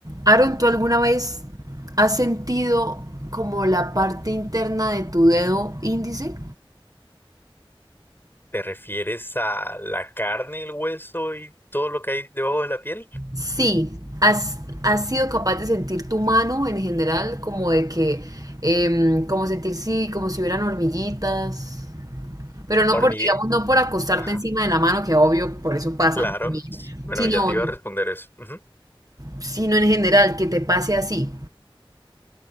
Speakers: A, on the right; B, on the left.
A: Aaron, ¿tú alguna vez has sentido como la parte interna de tu dedo índice?
B: ¿Te refieres a la carne, el hueso y todo lo que hay debajo de la piel?
A: Sí, has, has sido capaz de sentir tu mano en general, como de que, em, como sentir sí, como si hubieran hormiguitas, pero no
B: Hormigue.
A: por, digamos, no por acostarte
B: Ajá.
A: encima de la mano, que obvio, por eso pasa
B: Claro.
A: a mí,
B: Bueno,
A: sino,
B: ya te iba a responder eso. Ujú.
A: sino en general, que te pase así.